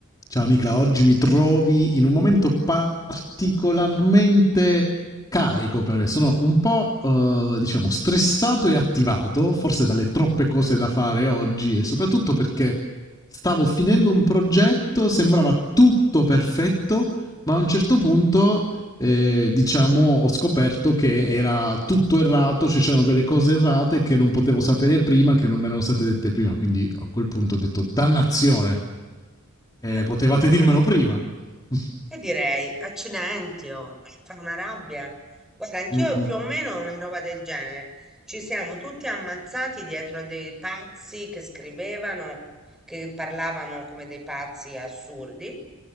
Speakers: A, on the left; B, in the centre.
A: Ciao Nicla, oggi mi trovi in un momento particolarmente carico perché sono un po' eh, diciamo stressato e attivato, forse dalle troppe cose da fare oggi e soprattutto perché stavo finendo un progetto, sembrava tutto perfetto, ma a un certo punto eh, diciamo, ho scoperto che era tutto errato, cioè c'erano delle cose errate che non potevo sapere prima, che non me erano state dette prima. Quindi a quel punto ho detto, dannazione, eh,
B: Eh,
A: potevate
B: Mamma
A: dirmelo
B: mia,
A: prima. <laughs>
B: e direi accidenti, oh, eh, fa una rabbia. Guarda, anch'io
A: Mm-mm.
B: più o meno ho una roba del genere. Ci siamo tutti ammazzati dietro a dei pazzi che scrivevano, che parlavano come dei pazzi assurdi.